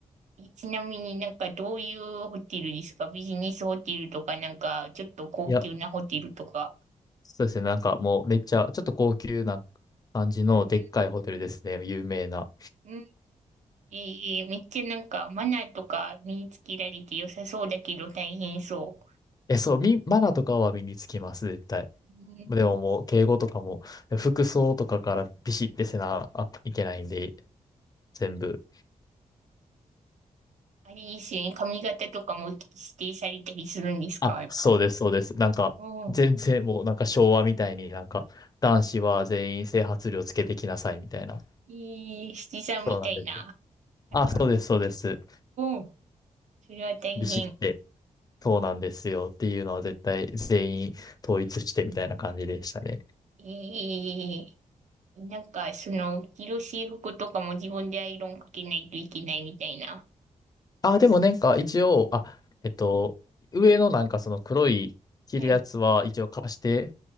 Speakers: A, on the right; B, on the left.
A: えちなみになんか、どういうホテルですかビジネスホテルとか、なんか、ちょっと高級なホテルとか。
B: いや、そうですね、なんかもうめっちゃ、ちょっと高級な感じのでっかいホテルですね、
A: う
B: 有名な。
A: んええめっちゃなんかマナーとか身につけられて良さそうだけど大変そ
B: え、そう、み、マナーとかは身につきます、絶対。
A: う。うん
B: でももう、敬語とかも、服装とかからビシッてせなあいけないんで、全部。
A: あれですよね。髪型とかも指定されたりするんですか、
B: あ、
A: やっぱり。
B: そうです、そうです。なんか、
A: うん。
B: 全然もう、なんか昭和みたいになんか、男子は全員整髪料つけてきなさい、みたいな。
A: ええ七さんみたいな。
B: そうなんですよ。
A: なんか、
B: あ、そうです、そうです。
A: うん。それは大変。
B: ビシッて。そうなんですよっていうのは絶対全員統一してみたいな感じでしたね。
A: ええなんか、その、着る制服とかも自分でアイロンかけないといけないみたいな。
B: あ、でもなんか一応、あ、えっと、上のなんかその黒い着るやつは一応貸して
A: はい。